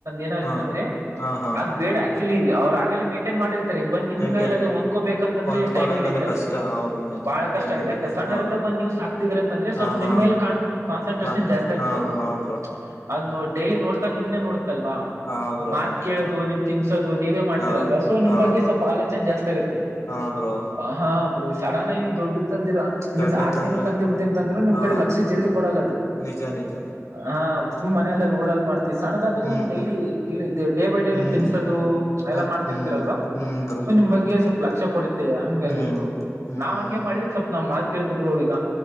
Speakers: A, on the right; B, on the left.
A: ಏನರಾ
B: ಹಾ
A: ಇತ್ತಂದ್ರೆ
B: ಹಾ ಹಾ
A: ಅದು ಬೇಡ ಆಕ್ಚುಲಿ ಅವ್ರು ಆ ಮೈಂಟೈನ್ ಮಾಡಿತ್ತ ಬಂದ್ ನಿಮ್
B: ಮೇಂಟೇನ್
A: ಕೈಲಿ ಅದು ಹೊಂದ್ಕೋಬೇಕಂತಂದ್ರೆಟೈಮ್
B: ಹೊಂದ್ಕೋಬೇಕಂದ್ರೆ
A: ಹಿಡಿಯುತ್ತೆ
B: ಕಷ್ಟ
A: ಅದು ಈಗ
B: ಹಾ ಬ್ರೋ ನಿಜ
A: ಬಹಳ ಕಷ್ಟ
B: ಟೈಮ್
A: ಆಗಿದೆ
B: ಹಿಡಿಯುತ್ತೆ
A: ಯಾಕೆ ಸಣ್ಣದಂದ
B: ಹಾ
A: ಬಂದ ನ್ಯೂಸ್ ಸಾಕುತಿದರಿ ಅಂದ್ರೆ ಸ್ವಲ್ಪ
B: ಹಾ ಹಾ
A: ನಿಮ್ಮ ಮೇಲೆ ಕನ್ಸಟ್ರಷನ್
B: ಹಾ
A: ಜಾಸ್ತಿ
B: ಹಾ
A: ಆಗ್ತದೇ ಅದು
B: ಹಾ ಬ್ರೋ
A: ಅದ್ ನೋ ಡೈಲಿ ನೋಡ್ತಾ ನಿಮ್ನೆ ನೋಡ್ತಲ್ವಾ
B: ಹಾ ಬ್ರೋ
A: ಮಾತ್
B: ನಿಜ
A: ಕೇಳೋದು ನೀವು ನೀವೇ ಮಾಡ್ತೀರಲ್ವಾ
B: ಹಾ
A: ಸೊ ನಿಮ್
B: ಹಾ
A: ಬಗ್ಗೆ
B: ಬ್ರೋ
A: ಸ್ವಲ್ಪ ಆಲೋಚನೆ ಜಾಸ್ತಿ ಆಗುತ್ತೆ
B: ಹಾ ಬ್ರೋ
A: ಹಾ ಬ್ರೋ <unintelligible> ತಂದಿರ ಮೀನ್ಸ್
B: ದೊಡ್ಡದಂದ್ರೆ
A: ಆರ್ ತಿಂಗ್ ತಂದಿ ಬಿಟ್ಟುಂತ ಅಂದ್ರೆ ನಿಮ್
B: ಹಾ
A: ಕಡೆ ಲಕ್ಷ ಜಲ್ದಿ ಕೊಡಲ್ಲ ಅದು
B: ನಿಜ ನಿಜ
A: ಹಾ ಸುಮ್ಮ್ ಮನಲ್ಲೆ ಓಡೋದ್ ಮಾಡ್ತೀ ಸಣ್ಣದಾದ್ರೆ
B: ಹ್ಮ್
A: ನಿಮ್ daily
B: ಹ್ಮ್
A: daily day by day
B: ಹ್ಮ್
A: ತಿನ್ಸೋದು ಎಲ್ಲ
B: ಮತ್
A: ಮಾಡ್ತಿರ್ತರಲ್ವಾ
B: ಹ್ಮ್ ಹ್ಮ್ ಬ್ರೋ
A: ಸೊ ನಿಮ್ ಬಗ್ಗೆ ಸ್ವಲ್ಪ ಲಕ್ಷ ಕೊಡುತ್ತೆ ಹಂಗಾಗಿ
B: ಹ್ಮ್
A: ಬ್ರೋ
B: ಹ್ಮ್
A: ನಾವು
B: ಹ್ಮ್
A: ಹಂಗೆ ಮಾಡಿದಕ್ಕೆ
B: ಹ್ಮ್
A: ಸ್ವಲ್ಪ ನಮ್ ಮಾತ್ ಕೇಳಿತು ಈಗ